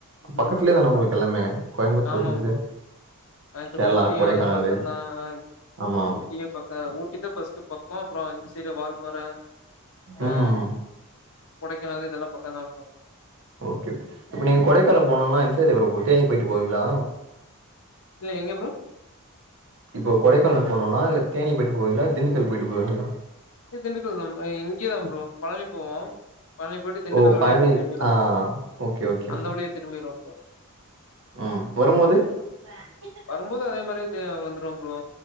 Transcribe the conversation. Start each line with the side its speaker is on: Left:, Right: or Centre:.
Right: பக்கத்துலே
Left: ம்.
Right: தான உங்களுக்கு எல்லாமே கோயம்புத்தூர்லேருந்து
Left: ஆமா ப்ரோ அத்தர்
Right: கேரளா
Left: ஊட்டியு
Right: கொடைக்கானல்
Left: பக்கோதா அ
Right: ஆமா
Left: ஊட்டியே பக்கோ ஊட்டி தா பஸ்ட்டு பக்கோ அப்றோ இந்த சைடு வால் பாற ஆ
Right: ம்
Left: கொடக்கானலு இதல்லா பக்கம் தா ப்ரோ
Right: ஓகே ஓகே இப்ப நீங்க கொடைக்கானல் போனோம்னா எந்த சைடு ப்ரோ தேனிக போயிட்டு போவீங்ளா
Left: இல்ல எங்க ப்ரோ
Right: இப்போ கொடைக்கானல் போனுனா இல்ல தேனி போயிட்டு போவீங்ளா இல்ல திண்டுக்கல் போயிட்டு போவீங்ளா
Left: திண்டுக்கல் தா ப்ரோ இங்கேயே தா ப்ரோ பழனி போவோ பழனி போயிட்டு திண்டுக்கல்
Right: ஓ
Left: வழியா
Right: பழனி
Left: போய் திரும்பிரரு
Right: ஆ ஓகே ஓகே
Left: அந்த
Right: ப்ரோ
Left: வழியா திரும்பிருவ ப்ரோ
Right: ம் வரும்போது அ
Left: வரும்போது அதே மாரியே அ வந்துருவ ப்ரோ